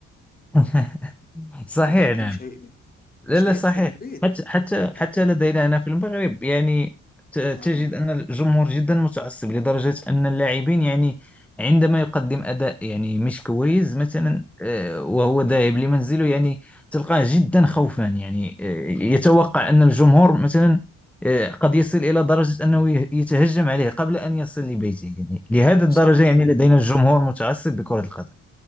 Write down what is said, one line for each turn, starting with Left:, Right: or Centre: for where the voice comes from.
Centre: <laughs> صحيح
Left: بجد
Centre: نعم
Left: مش هي...
Centre: لا
Left: مش
Centre: لا
Left: هيدخل
Centre: صحيح
Left: البيت
Centre: حتى حتى حتى
Left: هي...
Centre: لدينا هنا في المغرب يعني ت- تجد
Left: اه
Centre: أن الجمهور جدا متعصب لدرجة أن اللاعبين يعني عندما يقدم أداء يعني مش كويس مثلا آه، وهو ذاهب لمنزله يعني تلقاه جدا خوفا يعني آه، يتوقع أن الجمهور مثلا آه، قد يصل إلى درجة أنه يه- يتهجم عليه قبل أن يصل لبيته يعني لهذه الدرجة
Left: بصراحة
Centre: يعني
Left: انتوا الم...
Centre: لدينا الجمهور متعصب بكرة القدم